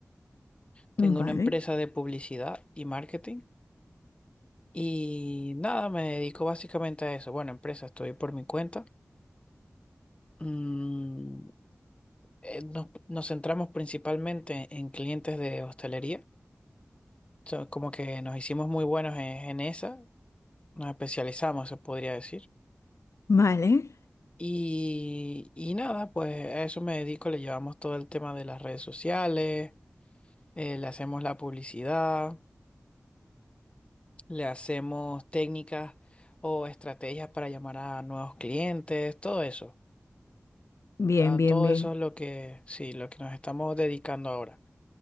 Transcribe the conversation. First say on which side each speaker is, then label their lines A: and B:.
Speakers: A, on the left; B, on the left.
A: tengo
B: Vale,
A: una empresa de publicidad y marketing y nada, me dedico básicamente a eso. Bueno, empresa, estoy por mi cuenta. Mm, eh, nos, nos centramos principalmente en clientes de hostelería. So, como que nos hicimos muy buenos en, en esa, nos especializamos, se podría decir.
B: vale,
A: Y, y nada, pues a eso me dedico, le llevamos todo el tema de las redes sociales, eh, le hacemos la publicidad, le hacemos técnicas o estrategias para llamar a nuevos clientes, todo eso.
B: bien,
A: Ta-
B: bien,
A: Todo
B: bien.
A: eso es lo que, sí, lo que nos estamos dedicando ahora.